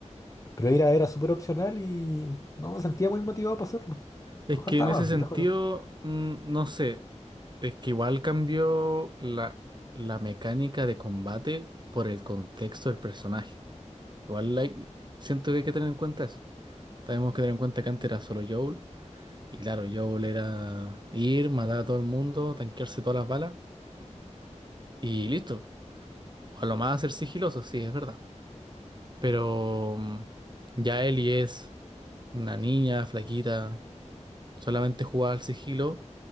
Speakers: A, on the left; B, on the right.
A: Pero era, era súper opcional y no me sentía muy motivado para hacerlo.
B: Es
A: A lo mejor
B: que
A: estaba
B: en ese
A: más
B: sentido,
A: viejo. ¿no?
B: mm, no sé, es que igual cambió la, la mecánica de combate por el contexto del personaje. Igual like, siento que hay que tener en cuenta eso. Tenemos que tener en cuenta que antes era solo Joel. Y claro, Joel era ir, matar a todo el mundo, tanquearse todas las balas. <clears throat> Y listo. O a lo más ser sigiloso, sí, es verdad. Pero mm, ya Ellie es una niña flaquita, solamente jugaba al sigilo.